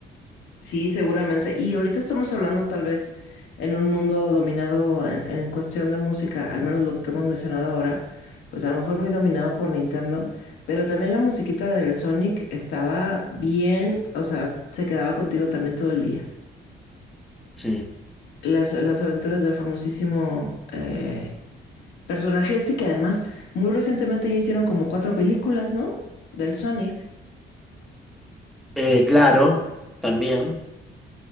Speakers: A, on the left; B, in the centre.
A: Sí, seguramente. Y ahorita estamos hablando tal vez en un mundo dominado en, en cuestión de música, al menos lo que hemos mencionado ahora, pues a lo mejor muy dominado por Nintendo, pero también la musiquita del Sonic estaba bien, o sea, se quedaba contigo también todo el día.
B: Sí.
A: Las, las aventuras del famosísimo eh, personaje este que además muy recientemente ya hicieron como cuatro películas, ¿no? Del Sonic.
B: Eh, claro, también.